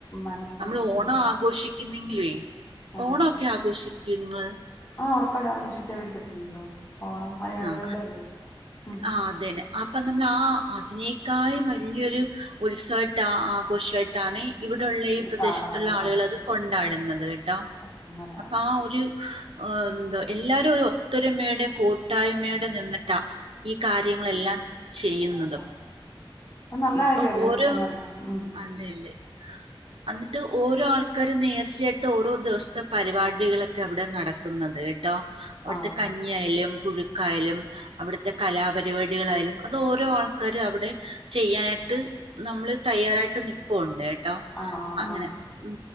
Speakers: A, on the left; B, on the right.
A: മനസ്സിലായി
B: നമ്മൾ ഓണം
A: ഉം
B: ആഘോഷിക്കുന്നങ്കിലെ
A: അതെ
B: ഓണംഓക്കെ ആഘോഷിക്കൂ നിങ്ങള്
A: ആ ഉറപ്പാട ആഘോഷിക്കാതിരിക്കത്തില്ലല്ലോ ഓണം മലയാളികളുടെല്ലാം
B: ആ
A: ഉം
B: ആഹ് അതന്നെ അപ്പൊ നമ്മൾ ആ അതിനേക്കാളും വലിയൊരു ഉത്സവായ്യിട് ആഘോഷയിട്ടാണ് ഇവിടെള്ള ഈ
A: ഇത്
B: പ്രദേശത്തുള്ള
A: കാണുന്നതല്ലേ
B: ആളുകൾ അത് കൊണ്ടാടുന്നത് കേട്ടോ
A: ഓ, അങ്ങനെ
B: അപ്പൊ ആ ഒരു ആ എന്താ എല്ലാരും ഒരു ഒത്തൊരുമയുടെ കുട്ടായ്മയുടെ നിന്നിട്ട ഈ കാര്യങ്ങളെല്ലാം ചെയ്യുന്നതും
A: ചെയ്യുന്നല്ലേ അത് നല്ല കാര്യല്ലേ
B: അപ്പൊ ഓരോ
A: സത്യം പറഞ്ഞ ഉം
B: അതെ അതെ ഉ എന്നിട്ട് ഓരോ ആൾക്കാരും നേർച്ചയായിട്ട് ഓരോ ദിവസത്തെ പരിപാടികളൊക്കെ അവിടെ നടക്കുന്നത് കേട്ടോ അവിടുത്തെ
A: ആണോ
B: കഞ്ഞിയ ആയാലും യാലും അവിടുത്തെ കലാപരിപാടികളായാലും അത് ഓരോ ആൾക്കാര് അവിടെ ചെയ്യാനായിട്ട് നമ്മള് തയ്യാറായിട്ട് നിപ്പുണ്ട് കേട്ടോ
A: ആഹ് ആഹ്
B: അങ്ങനെ
A: ആഹ്
B: ഉ